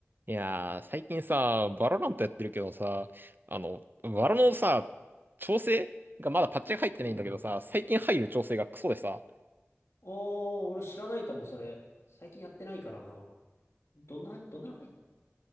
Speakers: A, on the right; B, on the left.
A: いやー、最近さ、バロラントやってるけどさ、あの、バロのさ、調整がまだパッチが入ってないんだけどさ、
B: うん。
A: 最近入る調整がクソでさ、
B: ああ、俺知らないかも、それ。最近やってないからな。どんな、どんなの入ん